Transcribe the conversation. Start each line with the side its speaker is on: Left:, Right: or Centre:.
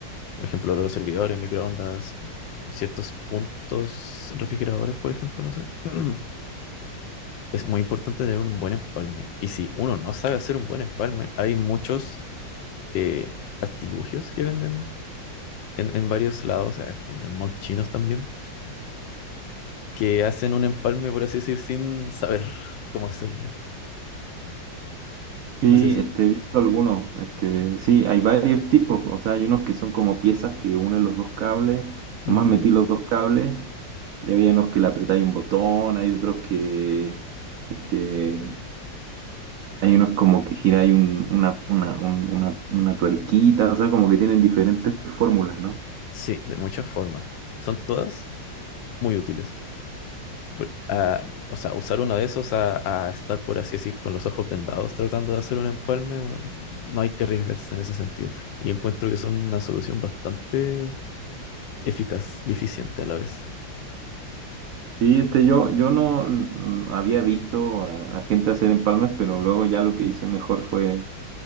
Left: por ejemplo, los servidores, microondas, en ciertos puntos, refrigeradores, por ejemplo, no sé. <clears throat> Es muy importante tener un buen empalme. Y si uno no sabe hacer un buen empalme, hay muchos eh, artilugios que venden en, en varios lados, o sea, en, en malls chinos también, que hacen un empalme, por así decir, sin saber <laughs> cómo hacerlo.
Right: Sí,
Left: No sé si-
Right: este, he visto algunos. Este, sí, hay varios tipos. O sea, hay unos que son como piezas que unen los dos cables.
Left: Ujú.
Right: Nomás metí los dos cables. Y había unos que le apretáis un botón. Hay otros que. Este, hay unos como que giráis un- una, una, un- una, una tuerquita. O sea, como que tienen diferentes fórmulas, ¿no?
Left: Sí, de muchas formas. Son todas muy útiles. Por- ah, o sea, usar uno de esos a, a estar, por así decir, con los ojos vendados tratando de hacer un empalme, bueno, no hay que arriesgarse en ese sentido. Y encuentro que son una solución bastante eficaz y eficiente a la vez.
Right: Sí, este, yo, yo no mm, había visto a, a gente hacer empalmes, pero luego ya lo que hice mejor fue.